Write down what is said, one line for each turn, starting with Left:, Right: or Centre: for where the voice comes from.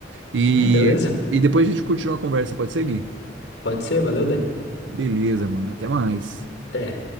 Right: E,
Left: Ah, beleza.
Right: e depois a gente continua a conversa, pode seguir?
Left: Pode ser, valeu, Dani.
Right: Beleza, mano, até mais.
Left: Até.